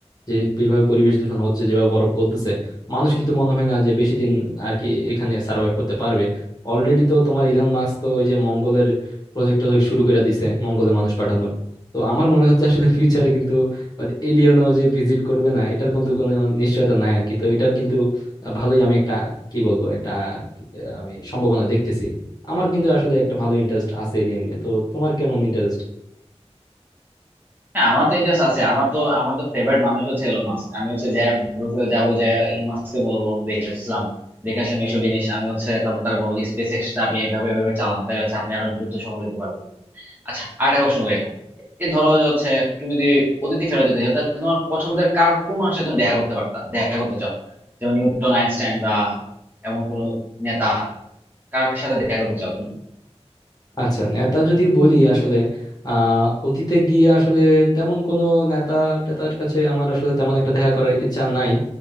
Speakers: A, on the left (about 35°); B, on the right (about 15°).
A: যে যেভাবে পরিবেশ দূষণ হচ্ছে যেভাবে বরফ গলতেছে মানুষ কিন্তু মনে হয় না যে বেশি দিন আর কি এখানে সার্ভাইভ করতে পারবে অলরেডি তো তোমার ইলন মাস্ক তো ওই যে মঙ্গলের প্রজেক্ট টজেক্ট শুরু করে দিছে মঙ্গলে মানুষ পাঠানোর তো আমার মনে হচ্ছে আসলে ফিউচারে কিন্তু এলিয়েনও যে ভিজিট করবে না এটার কিন্তু কোনো নিশ্চয়তা নাই আর কি তো এটার কিন্তু ভালোই আমি একটা কি বলবো একটা আহ, আমি সম্ভাবনা দেখতেছি আমার কিন্তু আসলে একটা ভালো ইন্টারেস্ট আছে এলিয়েন নিয়ে তো তোমার কেমন ইন্টারেস্ট
B: হ্যাঁ আমার তো ইন্টারেস্ট আছে আমার তো আমার তো ফেভারিট মানুষ হচ্ছে এলন মাস্ক আমি হচ্ছে যাই ভবিষ্যতে যাবো যাই এলন মাস্ককে বলবো দেখে আসলাম দেখে আসলাম এইসব জিনিস আমি হচ্ছে তারপর তারা বলবো যে স্পেস এক্সটা আপনি এভাবে এভাবে চালান তাহলে হচ্ছে আপনি আরো দ্রুত সফল হতে পারবেন আচ্ছা আরেকটা প্রশ্ন করি এখন এই ধরো যে হচ্ছে তুমি যদি অতিথি ফেরত যেতে চাও তাহলে তোমার পছন্দের কার কোন মানুষের তুমি দেখা করতে পারতা দেখা করতে চাও যেমন নিউটন আইনস্টাইন বা এমন কোন নেতা কার সাথে দেখা করতে চাও তুমি
A: আচ্ছা নেতা যদি বলি আসলে আহ অতীতে গিয়ে আসলে তেমন কোনো নেতা টেতার কাছে আমার আসলে তেমন একটা দেখা করার ইচ্ছা নাই